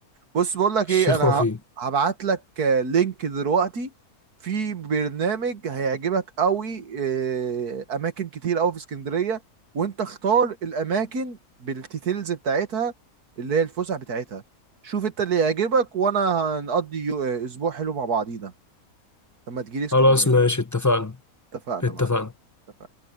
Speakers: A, on the right; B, on the left.
A: بص بقول لك
B: الشيخ
A: ايه انا
B: وفيق
A: هبعت لك لينك دلوقتي في برنامج هيعجبك قوي آه، اماكن كتير قوي في اسكندريه وانت اختار الاماكن بالديتيلز بتاعتها اللي هي الفسح بتاعتها شوف انت اللي يعجبك وانا هنقضي يو- آه، اسبوع حلو مع بعضينا لما تجيلي اسكندريه
B: خلاص ماشي اتفقنا
A: اتفقنا
B: اتفقنا
A: معلم اتفقنا